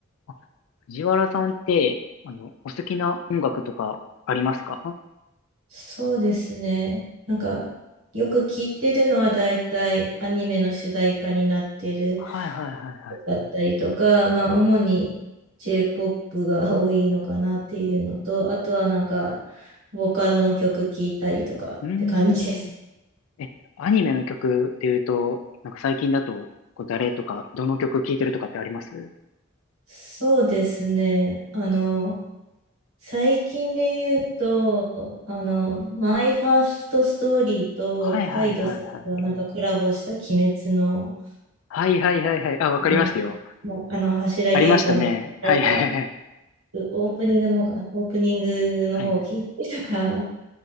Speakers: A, on the left; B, on the right.
A: あ、藤原さんって、あの、お好きな音楽とかありますか
B: そうですね。なんか、よく聞いてるのは大体アニメの主題歌になってる
A: はいはいはいはい。
B: だったりとか、まあ、主に J-POP が多いのかなっていうのと、あとはなんか、ボカロの曲聞いたりとかって感じです。
A: うーん。え、アニメの曲っていうと、なんか最近だと、こう誰とか、どの曲聴いてるとかってあります
B: <laughs> そうですね。あの、最近で言うと、あの、マイファーストストーリーとハイドスがなんかコラボした鬼滅の
A: はいはいはいはい。はいはいはいはい。あ、わかりますよ。
B: の、まあの柱稽古の、
A: ありましたね。
B: あれか、
A: はいはいはい。
B: オープニングの方かな、オープニングの方を聞いてとか、
A: はいはい。